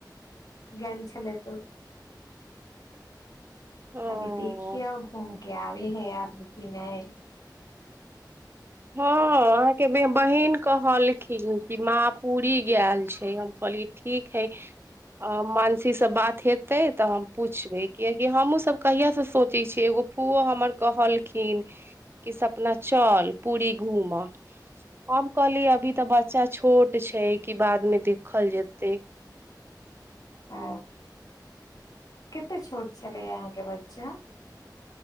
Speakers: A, on the left; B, on the right.
A: गेल छलै तऽ
B: ओ
A: अभी देखिए घूम के आब ी हे आर नक नहि
B: हँ अहाँके बहन कहलखिन कि माँ पूरी गैल छै हम कहलियै ठीक है मानसीसँ बात हेतै तऽ हम पूछबै कियकि हमहूँ सब कहियासँ से सोचै छियै एगो फूओ हमर कहलखिन कि सपना चल पूरी घूमऽ हम कहली अभी तऽ बच्चा छोट छै कि बाद मे देखल जेतै
A: ह कते छोट छलै अहाँके बच्चा